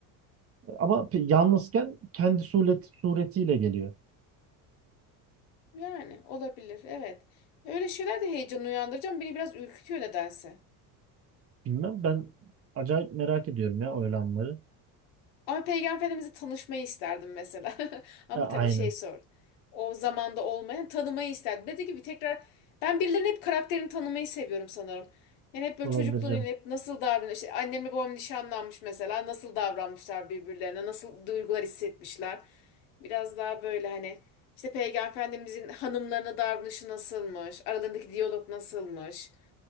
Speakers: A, on the right (about 30°); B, on the left (about 80°).
A: Ama pe- yalnızken kendi suret, suretiyle geliyor.
B: Yani olabilir. Evet. Öyle şeyler de heyecan uyandıracağım. Beni biraz ürkütüyor nedense.
A: Bilmem ben acayip merak ediyorum ya o olanları.
B: Ama Peygamber Efendimiz'i tanışmayı isterdim mesela. <laughs> Ama
A: E, aynen.
B: tabii şey sor. O zamanda olmayan tanımayı isterdim. Dediğim gibi tekrar ben birilerinin hep karakterini tanımayı seviyorum sanırım. Yani hep böyle
A: Olabilir
B: çocukluğunu
A: canım.
B: hep nasıl davranıyor. İşte annemle babam nişanlanmış mesela. Nasıl davranmışlar birbirlerine. Nasıl duygular hissetmişler. Biraz daha böyle hani işte Peygamber Efendimiz'in hanımlarına davranışı nasılmış. Aralarındaki diyalog nasılmış.